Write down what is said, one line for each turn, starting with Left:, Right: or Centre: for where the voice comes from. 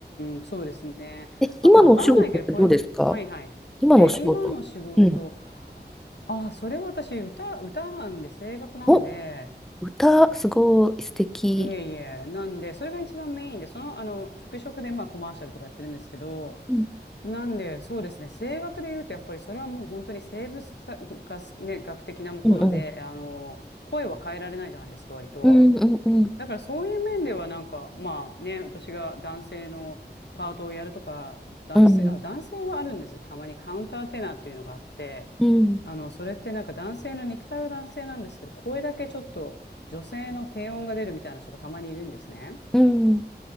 Left: ん、そうですね。
Centre: え、今のお仕事ってどうですか
Left: あとわからないけど、これは、はいはい。
Centre: 今のお仕事。
Left: え、今の仕事、
Centre: うん。
Left: あ、それは私、歌、歌なんで、声楽なんで、
Centre: お、歌、すごい素敵。
Left: いえいえ、なんで、それが一番メインで、その、あの、服飾で、まあ、コマーシャルとかやってるんですけど、
Centre: うん
Left: なんで、そうですね、声楽で言うと、やっぱりそれはもう本当に生物たが、ね、学的なもので、
Centre: うん
Left: あの、声は変えられないじゃないですか、割と。
Centre: うんうんうん
Left: だからそういう面では、なんか、まあね、私が男性のパートをやるとか、男性、
Centre: うん
Left: あ、男性はあるんですよ。たまにカウンターテナーっていうのがあって、
Centre: うん
Left: あの、それってなんか男性の肉体は男性なんですけど、声だけちょっと女性の低音が出るみたいな人がたまにいるんですね。
Centre: うん